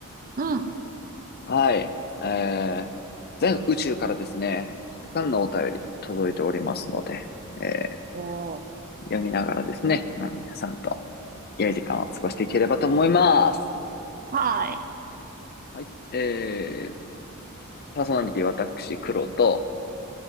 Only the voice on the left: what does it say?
はい。えー全宇宙からですね、たくさんのお便り届いておりますので、えー
読みながらですね、まあ皆さんと良い時間を過ごしていければと思います。
はい。えー、パーソナリティ私、黒と、